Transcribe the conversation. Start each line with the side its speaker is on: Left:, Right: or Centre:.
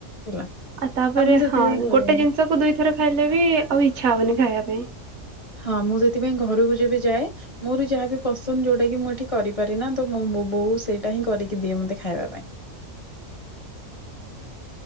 Left: ହେଲା
Right: ଆଉ ତାପରେ
Left: ମୁଁ ସେଥିପାଇଁ
Right: ହଁ
Left: କରେନି।
Right: ଗୋଟେ ଜିନିଷକୁ ଦୁଇଥର ଖାଇଲେ ବି ଆଉ ଇଚ୍ଛା ହବନି ଖାଇବା ପାଇଁ।
Left: ହଁ ମୁଁ ସେଥିପାଇଁ ଘରକୁ ଯେବେ ଯାଏ ମୋର ଯାହାବି ପସନ୍ଦ ଯୋଉଟା କି ମୁଁ ଏଠି କରିପାରେନା, ତ ମୁଁ- ମୁଁ ବୋଉ ସେଇଟା ହିଁ କରିକି ଦିଏ ମତେ ଖାଇବା ପାଇଁ।